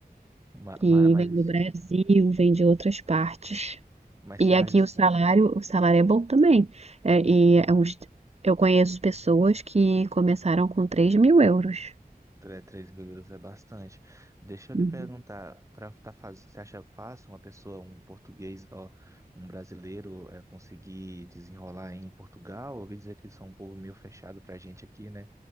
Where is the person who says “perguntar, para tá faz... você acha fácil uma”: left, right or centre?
Right